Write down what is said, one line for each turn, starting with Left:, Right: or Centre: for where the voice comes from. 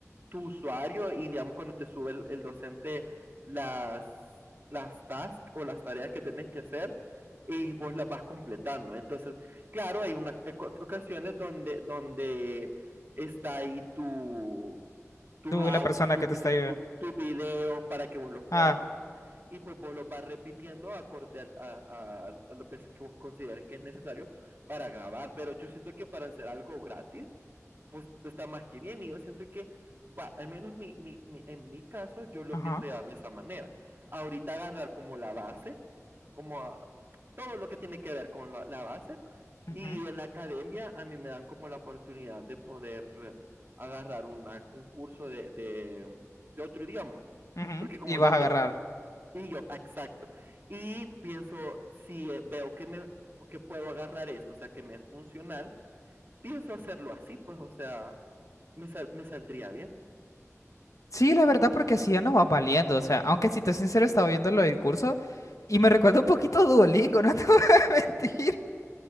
Right: tu usuario y digamos cuando te sube el, el docente las, las tasks o las tareas que tenés que hacer y vos las vas completando. Entonces, claro, hay unas ocasiones donde, donde está ahí tu, tus
Left: Tú,
Right: audios,
Left: la persona
Right: tus
Left: que te está...
Right: tu, tu videos para que vos los puedas
Left: Ah,
Right: ver y pues vos los vas repitiendo acorde a, a, a, a las veces que vos consideres que es necesario para grabar. Pero yo siento que para hacer algo gratis, pues está más que bien. Y yo siento que, va, al menos mi, mi- mi- en mi caso, yo lo
Left: ajá.
Right: pienso llevar de esa manera. Ahorita agarrar como la base, como a- todo lo que tiene que ver con la, la base.
Left: Ujú,
Right: Y en la academia a mí me dan como la oportunidad de poder agarrar una, un curso de, de, de otro idioma.
Left: ujú.
Right: Porque como
Left: Y vas
Right: yo
Left: a
Right: tengo,
Left: agarrar.
Right: y yo, exacto. Y pienso, si eh, veo que me que puedo agarrar esto, o sea, que me es funcional, pienso hacerlo así, pues, o sea, me, sal- me saldría bien.
Left: Sí, la verdad, porque así ya no va valiendo. O sea, aunque si te soy sincero, estaba viendo lo del curso y me recuerda un poquito a Duolingo, no <laughs> te voy a mentir.